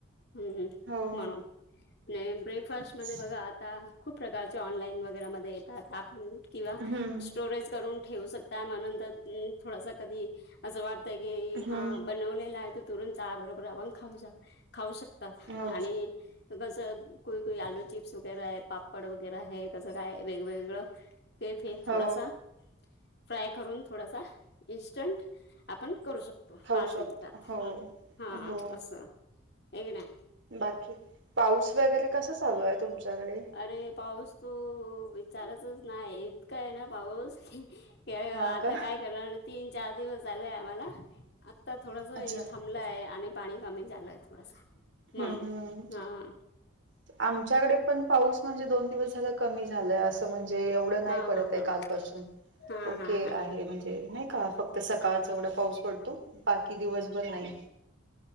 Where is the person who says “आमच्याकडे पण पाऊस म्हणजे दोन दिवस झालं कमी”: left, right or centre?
Right